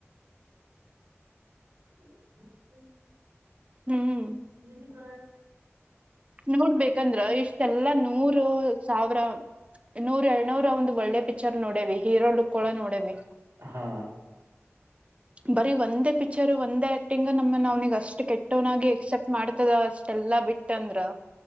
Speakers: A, on the right; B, on the right.
A: <inaudible>
B: ಹ್ಮ್
A: ನಿದು ಬರ
B: ನೋಡ್ಬೇಕಂದ್ರ ಇಷ್ಟೆಲ್ಲ ನೂರು ಸಾವಿರ ನೂರ ಎರನೂರ ಒಂದ್ ಒಳ್ಳೆ ಪಿಕ್ಚರ್ ನೋಡೇವಿ ಹೀರೋ ಡಡ್ಕೋಳ ನೋಡೇವಿ
A: ಹಾ
B: ಬರೀ ಒಂದೇ ಪಿಕ್ಚರ್ ಒಂದೇ ಆಕ್ಟಿಂಗ್ ನಮ್ಮ ನನಿಗೆ ಅಷ್ಟ್ ಕೆಟ್ಟವ್ನಾಗಿ ಎಕ್ಸೆಪ್ಟ್ ಮಾಡ್ತದ ಅಷ್ಟೆಲ್ಲಾ ಬಿಟ್ಟಂದ್ರ